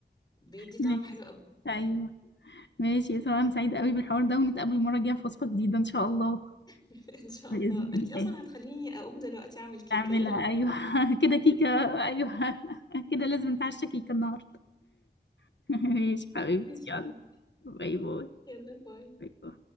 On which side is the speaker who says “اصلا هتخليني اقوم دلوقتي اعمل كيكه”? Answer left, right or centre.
Left